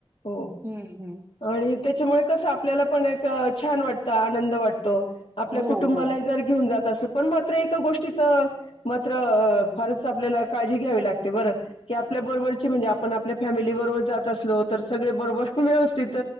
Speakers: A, on the left; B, on the right.
A: हो
B: हम्म हम्म.
A: आणि त्याच्यामुळे कसं आपल्याला पण एक छान वाटतं आनंद वाटतो. आपल्या
B: हो
A: कुटुंबाला
B: हो
A: जर घेऊन जात असल पण मात्र एका गोष्टीचं. मात्र अ फारच आपल्याला काळजी घ्यावी लागते बरं. की आपल्या बरोबरची म्हणजे आपण आपल्या फॅमिली बरोबर जात असलो तर सगळे बरोबर व्यवस''--'' तिथ